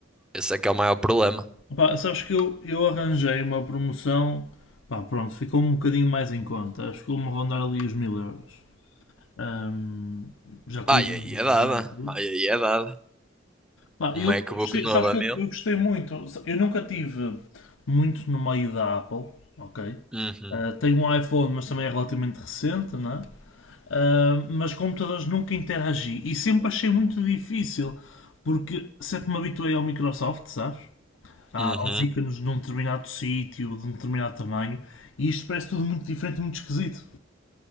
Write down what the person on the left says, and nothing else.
Pá, sabes que eu, eu arranjei uma promoção, pá, pronto, ficou um bocadinho mais em conta, acho que vou-me rondar ali os mil euros, Ahm, já com
o IVA
reduzido
e tudo.
Pá,
eu,
eu gostei,
sabes
que
eu, eu gostei muito, eu nunca tive muito no meio da Apple, ok?
Ah, tenho um iPhone, mas também é relativamente recente, não é? Ah, mas computadores nunca interagi e sempre achei muito difícil, porque sempre me habituei ao Microsoft, sabes? há-
aos ícones de um determinado sítio, de um determinado tamanho, e isto parece tudo muito diferente e muito esquisito.